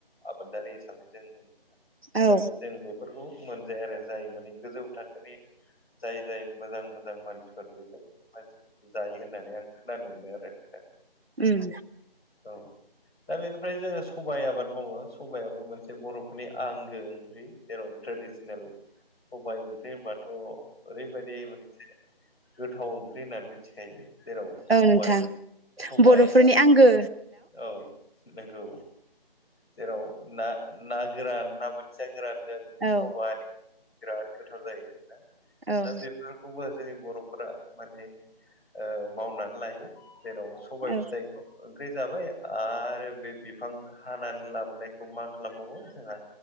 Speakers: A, in the centre; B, on the right.
A: आबादारि हिसाबै जोंनिनो मोजां
B: औ
A: नाथाय जों बेफोरखौ मोनजाया आरो जाय माने गोजौ थाखोनि जाय जाय मोजां मोजां मानसिफोर बेसोरबादि मानसिफोरसो जायो होननानै आं खोनानो मोनो आरो नोंथां
B: उम
A: औ दा बेनिफ्राय जोङो सबाइ आबाद मावो सबाइयाबो मोनसे बर'फोरनि आंगो ओंख्रि जेराव ट्रेडिसनेल सबाइ ओंख्रि होनबाथ' ओरैबायदि मोनसे गोथाव ओंख्रि होननानै मिथिखायो जेराव सबाइ
B: औ नोंथां
A: सबाइ
B: बर'फोरनि
A: ना
B: आंगो
A: औ नंगौ जेराव ना ना गोरान ना बोथिया गोरानजों सबाइ
B: औ
A: बिराद गोथाव जायो नोंथां
B: औ
A: दा बेफोर खौबो जोंनि बर'फोरा माने ओ मावनानै लायो जेराव सबाइ
B: औ
A: फिथाइखौ बै जाबाय आरो बे बिफां हानानै लाबोनायखौ मा खालामबावो जोंहा